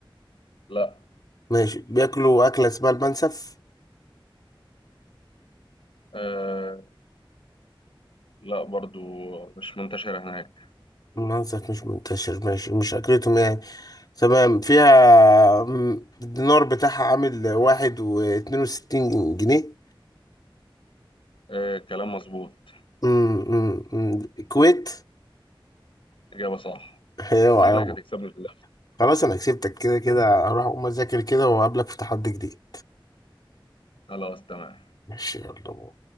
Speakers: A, on the left; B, on the left.
A: لا
B: ماشي بياكلوا أكلة اسمها المنسف
A: آه لا برضو مش منتشرة هناك
B: المنسف مش منتشر ماشي مش أكلتهم يعني تمام فيها أم، الدينار بتاعها عامل واحد واتنين وستين جنيه
A: آه كلام مظبوط
B: أم، أم، أم. الكويت
A: إجابة صح
B: هي وعلى
A: شكلك هتكسبني في اللعبة
B: خلاص أنا كسبتك كده كده هروح أقوم أذاكر كده وأقابلك في تحدي جديد
A: خلاص تمام
B: ماشي يلا